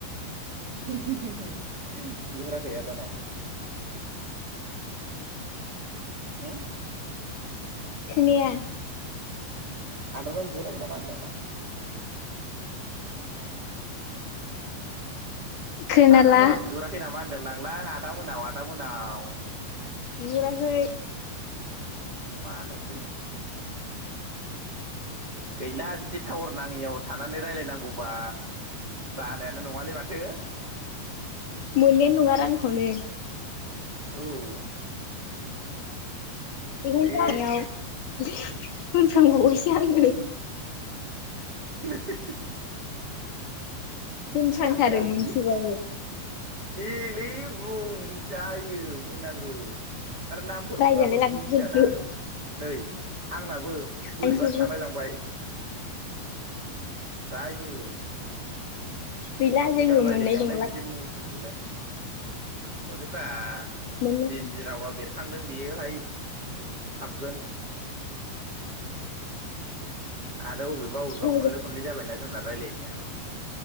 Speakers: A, on the right; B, on the left.
A: <unintelligible> बिहराखै आ दानाव? होम।
B: खोनाया।
A: आदानाव बिहराखै नामा होनदों आं?
B: खोनाला
A: आदा मोनाव बिहराखै नामा होन होनदोंलांलां आदा मोनाव आदा मोनाव।
B: बिहराखै।
A: मानोसै गैला बिदि टावर नाङियाव थानानै रायजलायनांगौबा जानायानो नङालै माथो
B: मोननायानो नंङा रांखौनोव
A: औ।
B: <inaudible> <inaudible> होनफ्रांबावबायसो
A: दे उम
B: आंङो।
A: <inaudible>
B: होनफ्रांथारो
A: जायालै
B: मोनसेबाबो
A: इयो। देलै बुंजायो बुंनांगौ। आरो नामफोर
B: रायजालाय
A: बुङाबाबो
B: लांसिगोनसो
A: मिथियाना नै आंनाबो बोरैबासो
B: आंसो
A: थांलाय लांबाय। जायो।
B: गैला
A: सिगां
B: जोङो
A: रायज्लायनायावलाय
B: मोननाय नंला
A: बिदि मोन लाय मोनोब्रा।
B: मोननाय
A: जि जि रावा बेरखांदों बेयोहाय हाबगोन। फ्राय बबेबा बबेबा
B: नंला
A: खनले खनले जाबायना जोंना रायज्लायनाया।